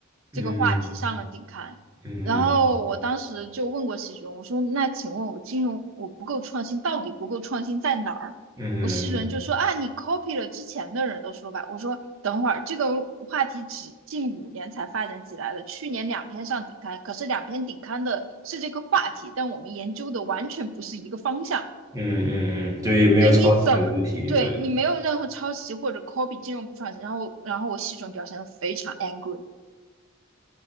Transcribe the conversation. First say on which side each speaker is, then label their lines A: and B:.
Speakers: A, on the right; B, on the right.
A: 嗯
B: 这个话题上了顶刊。
A: 嗯嗯
B: 然后我当时就问过系主任，我说：“那请问我金融我不够创新，到底不够创新在哪儿？”我系主任就说：
A: 嗯嗯嗯
B: “啊，你 copy 了之前的人的说法。”我说：“等会儿这个话题只近五年才发展起来的，去年两篇上顶刊，可是两篇顶刊的是这个话题，但我们研究的完全不是一个方向。
A: 嗯嗯，嗯就也没有抄袭的问题，
B: 对，你怎么对你没有任何抄袭或者
A: 对，
B: copy 金融不创新？”然后，然后我系主任表现得非常 angry。